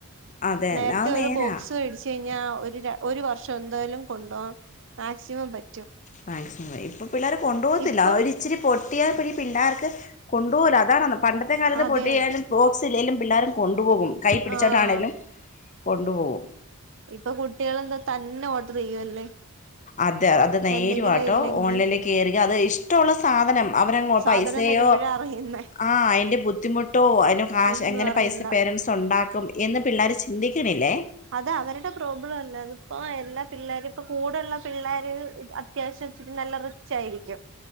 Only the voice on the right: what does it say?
നേരത്തെ
ഒരു
ബോക്സ് മേടിച്ച ഴിഞ്ഞാൽ ഒരു ഒരു വർഷം എന്തായാലും കൊണ്ടുപോകാൻ മാക്സിമം പറ്റും.
ഇപ്പം
അതെ
ആഹ്
ഇപ്പൊ കുട്ടികള് എന്താ തന്നെ ഓർഡർ ചെയ്യുവല്ലേ.
എന്തെങ്കിലും ഇല്ലെങ്കി
സാധനം
വരുമ്പോഴാ അറിയുന്നേ
ഒന്നും
അറിയണ്ട
അത് അവരുടെ പ്രോബ്ലം അല്ല. അതിപ്പോ എല്ലാ പിള്ളേരും, ഇപ്പ കൂടുള്ള പിള്ളേര് അത ത്യാവശം ഇച്ചിരി നല്ല റിച്ചായിരിക്കും.